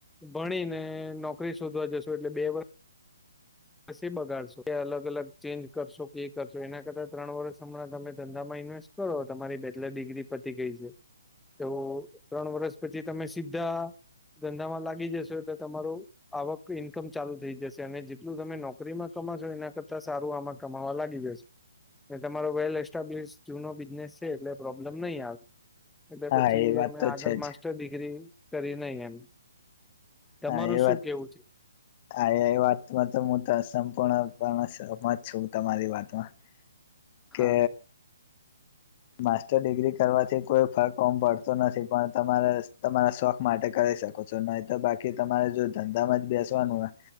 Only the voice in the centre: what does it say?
ભણી ને નોકરી શોધવા જશો એટલે બે વર પછી બગાડશો કે અલગ અલગ ચેન્જ કરશો કે એ કરશો એના કરતાં ત્રણ વરસ હમણાં તમે ધંધામાં ઇન્વેસ્ટ કરો તમારી બેચલર ડિગ્રી પતી ગઈ છે. તો ત્રણ વરસ પછી તમે સીધ્ધા ધંધામાં લાગી જશો એટલે તમારું આવક ઈન્કમ ચાલુ થઈ જશે અને જે એટલું તમે નોકરીમાં કમાશો એના કરતા સારું આમાં કમાવા લાગી જશ ને તમારો વેલ એસ્ટાબ્લિશ જૂનો બિઝનેસ છે એટલે પ્રોબ્લેમ નહી આવે. એટલે
પછી
અમે
આગળ
માસ્ટર ડિગ્રી કરી નહી એમ. તમારું
શું
કેવું છે?
હા